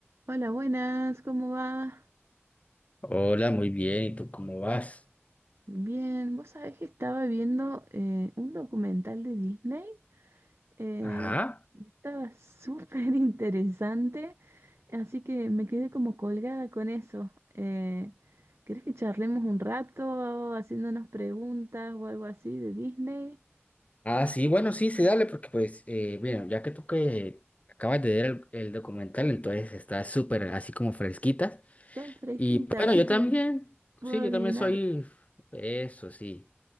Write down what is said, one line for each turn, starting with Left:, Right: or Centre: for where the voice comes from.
Right: Hola, buenas, ¿cómo va?
Left: Hola, muy bien. ¿Y tú cómo vas?
Right: Bien, vos sabés que estaba viendo eh, un documental de Disney eh,
Left: Ajá.
Right: y estaba <laughs> súper interesante, así que me quedé como colgada con eso. Eh, ¿querés que charlemos un rato haciéndonos preguntas o algo así de Disney?
Left: Ah, sí, bueno, sí, sí, dale, porque pues, eh, bueno, ya que tú que acabas de ver el, el documental, entonces está súper así como fresquita.
Right: Está fresquita,
Left: Y bueno,
Right: así
Left: yo también,
Right: que puedo
Left: sí,
Right: adivinar.
Left: yo también soy, eso sí,